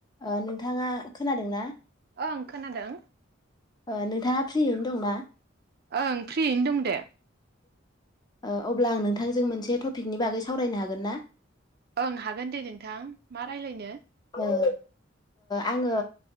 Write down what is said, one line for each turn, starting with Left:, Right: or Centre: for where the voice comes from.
Left: ओ नोंथाङा खोनादों ना
Right: ओं खोनादों
Left: ओ नोंथाङा फ्रियैनो दंना
Right: ओं फ्रियैनो दं दे
Left: ओ अब्ला आं नोंथांजों मोनसे टपिकनि बागै सावरायनो हागोन ना
Right: ओं हागोन दे नोंथां मा रायलायनो
Left: <unintelligible> ओ आङो